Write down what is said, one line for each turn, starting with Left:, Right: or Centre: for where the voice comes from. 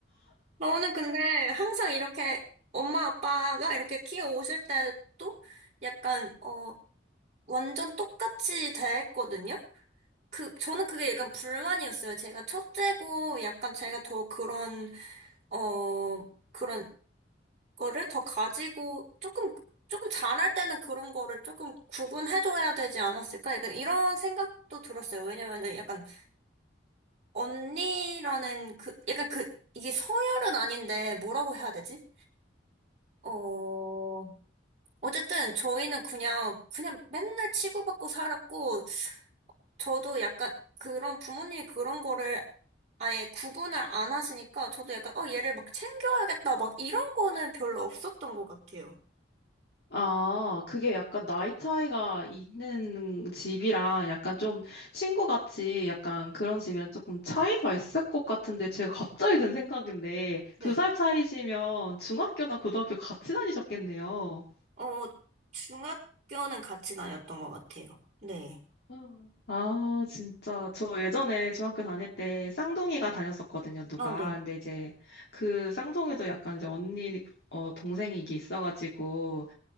Right: 저는 근데 항상 이렇게 엄마 아빠가 이렇게 키워 오실 때도 약간, 어, 완전 똑같이 대했거든요. 그, 저는 그게 약간 불만이었어요. 제가 첫째고 약간 제가 더 그런, 어, 그런 거를 더 가지고 조금, 조금 잘할 때는 그런 거를 조금 구분해줘야 되지 않았을까? 약간 이런 생각도 들었어요. 왜냐면은 약간 언니라는 그, 약간 그, 이게 서열은 아닌데 뭐라고 해야 되지? 어, 어쨌든 저희는 그냥, 그냥 맨날 치고받고 살았고, 저도 약간 그런 부모님이 그런 거를 아예 구분을 안 하시니까 저도 약간 어 얘를 막 챙겨야겠다 막 이런 거는 별로 없었던 것 같아요.
Left: 아, 그게 약간 나이 차이가 있는 집이랑 약간 좀 친구같이 약간 그런 집이랑 조금 차이가 있을 것 같은데 제가 갑자기 든 생각인데
Right: 네.
Left: 두 살 차이시면 중학교나 고등학교 같이 다니셨겠네요.
Right: 어 중학교는 같이 다녔던 것 같아요. 네.
Left: 음. 아, 진짜. 저 예전에 중학교 다닐 때 쌍둥이가 다녔었거든요, 누가.
Right: 어, 네.
Left: 근데 이제 그 쌍둥이도 약간 이제 언니, 어, 동생이 이게 있어가지고